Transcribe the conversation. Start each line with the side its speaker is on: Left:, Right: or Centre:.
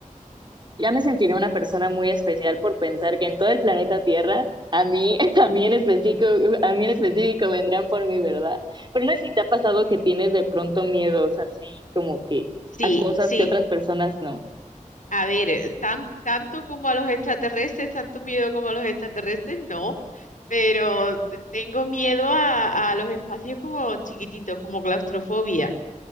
Right: Ya me sentiré una persona muy especial por pensar que en todo el planeta Tierra, a mí, <laughs> a mí en específico, a mí en específico vendrán por mi ¿verdad? Pero no sé si te ha pasado que tienes de pronto miedos así como que
Left: Sí,
Right: a cosas
Left: sí.
Right: que otras personas no.
Left: A ver, eh, tan, tanto como a los extraterrestres, tanto miedo como a los extraterrestres, no. Pero te- tengo miedo a, a los espacios como chiquititos, como claustrofobia.